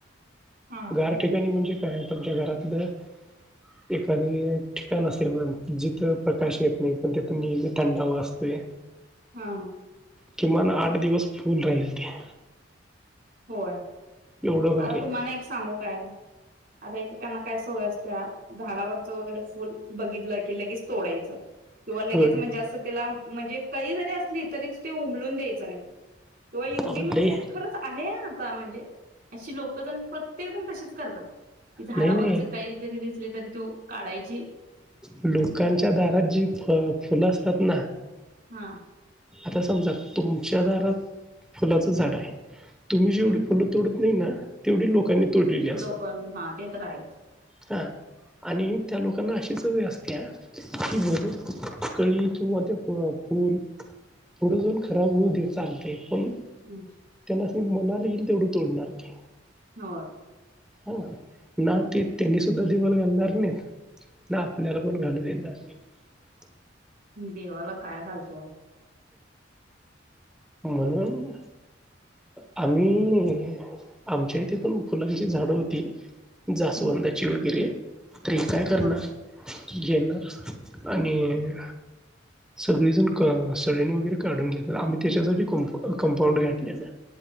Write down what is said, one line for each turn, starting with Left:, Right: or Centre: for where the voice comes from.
Right: हा
Centre: गार ठिकाणी म्हणजे काय आहे तुमच्या घरातलं एखादे ठिकाण असेल जिथं प्रकाश येत नाही पण ते पनी थंडावा असते
Right: हा.
Centre: किमान आठ दिवस फुल राहील ते
Right: होय
Centre: एवढं भारी
Right: आता
Centre: आहे.
Right: तुम्हाला एक सांगू काय? आता एकेकांना काय सवय असत्या झाडावरच वगैरे फुल बघितलं की लगेच तोडायचं किंवा लगेच
Centre: होय.
Right: म्हणजे असं त्याला म्हणजे कळी जरी असली तरीच ते उमलून द्यायचं नाही तेव्हा एवढी
Centre: अहो
Right: म्हणजे
Centre: लय
Right: खरंच आहे आता म्हणजे अशी लोकंजण प्रत्येकजण तसेच करतात की झाडावर
Centre: नाही नाही
Right: जर कळी जरी दिसले तरी तो काढायची
Centre: लोकांच्या दारात जी फळ फुलं असतात ना
Right: हा.
Centre: आता समजा तुमच्या दारात फुलाचं झाड आहे. तुम्ही जेवढी
Right: हम्म
Centre: फुलं तोड त नाही ना तेवढी लोकांनी तोडलेली असतात.
Right: लोक हा ते तर आहेच.
Centre: हा. आणि त्या लोकांना अशीच सवय असते की बोलू कळी किंवा ते फूल पुढं जाऊन खराब होऊ द्या चालतय पण
Right: हहम्म.
Centre: त्यांसनी मनाला येईल तेवढ तोडणार ते
Right: हो.
Centre: हो ना ते त्यांनी सुद्धा देवाला घालणार नाहीत ना आपल्याला पण घालू देणार नाहीत
Right: देवाला काय घालतोय
Centre: म्हणून आम्ही आमच्या इथे पण फुलांची झाड होती जास्वंदाची
Right: हम्म
Centre: वगैरे तर हे काय करणार?
Right: हम्म
Centre: घेणार आणि सगळीजण क अह कळी वगैरे काढून घेणार आम्ही त्याच्यासाठी कंपांड घाातलेल